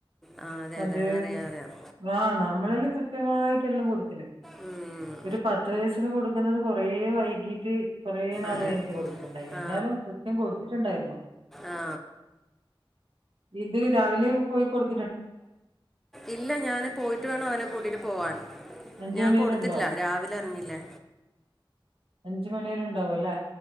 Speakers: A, in the centre; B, on the right.
A: ആ അതെ
B: അത്
A: അതെ അറിയാം അറിയാം
B: ആ നമ്മളെല്ലാം ക്യ ത്യമായിട്ടെല്ലോ കൊടുത്തിന്
A: ഉം
B: ഒരു പത്ത് വയസ്സിന് കൊടുക്കുന്നത് കൊറേ വൈകീട്ട് കൊറേ നാഴ്
A: അതെ
B: കയെഞ്ഞിട്ട് കൊടുത്തിട്ടുണ്ടായിരുന്നു
A: ആ
B: എന്നാലും കൃത്യം കൊടുത്തിട്ടുണ്ടായിരുന്നു
A: ആ
B: ഇത് രാവിലെ പോയി കൊടു
A: ഇല്ല ഞാന് പോയിട്ട് വേണോ അവനെ കൂട്ടീട്ട് പോവാന്
B: അഞ്ച്
A: ഞാൻ
B: മണി
A: കൊടുത്തിട്ടില്ല
B: വരെ ഉണ്ടോ
A: രാവിലെ എറങ്ങില്ലേ
B: അഞ്ച് മണിവരെ ഐണ്ടാവു അല്ലേ